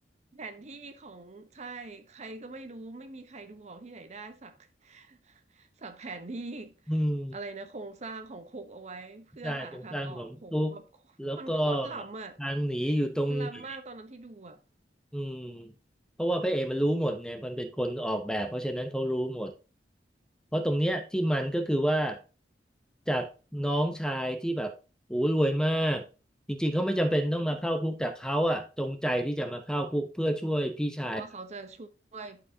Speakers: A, on the right (about 40°); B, in the centre.
A: แผนที่ของใช่ใครก็ไม่รู้ไม่มีใครดูออกที่ไหนได้สัก <laughs> สักแผนที่
B: อืม
A: อะไรนะโครงสร้างของคุกเอาไว้เพื่อหาทางออกโหแบบ
B: ใช่ตรงกลางของตุ๊กแล้วก็
A: มันโคตรล้ำอ่ะ
B: ทางหนีอยู่ตรงไหน
A: มันล้ำมากตอนนั้นที่ดูอ่ะ
B: อืมเพราะว่าพระเอกมันรู้หมดไงมันเป็นคนออกแบบเพราะฉะนั้นเขารู้หมด เพราะตรงเนี้ยที่มันก็คือว่าจากน้องชายที่แบบโอ้รวยมากจริงๆเขาไม่จำเป็นต้องมาเข้าคุกแต่เขาอะจงใจที่จะมาเข้าคุกเพื่อช่วยพี่ชาย
A: เพราะว่าเขาจะช่วย